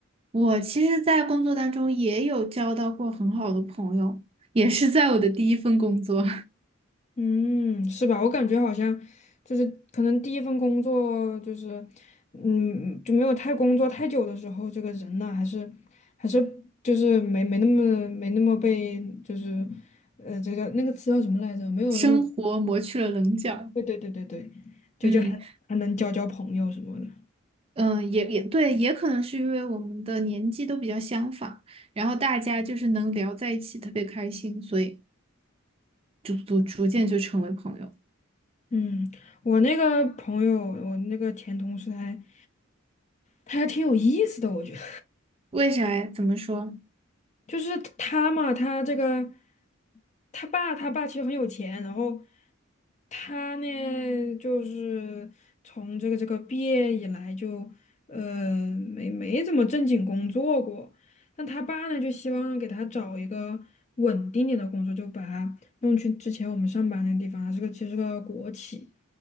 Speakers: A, on the right; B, on the left.
A: 我其实，在工作当中也有交到过很好的朋友，也是在我的第一份工作，
B: 嗯，是吧？我感觉好像就是可能第一份工作就是，嗯，就没有太工作太久的时候，这个人呢还是还是就是没没那么没那么被就是，呃，这个那个词叫什么来着？没有那么
A: <laughs> 生活磨去了棱角。
B: 对对对对对，就就还还能交交朋友什么的。
A: 嗯，嗯，呃也也对，也可能是因为我们的年纪都比较相仿，然后大家就是能聊在一起，特别开心，所以逐逐逐渐就成为朋友。
B: 嗯，我那个朋友，我那个前同事他还他还挺有意思的，我觉得。
A: 为啥呀？怎么说？
B: 就是他嘛，他这个他爸他爸其实很有钱，然后他呢就是从这个这个毕业以来就呃没没怎么正经工作过，但他爸呢就希望给他找一个稳定点的工作，就把他弄去之前我们上班那个地方，他是个其实是个国企，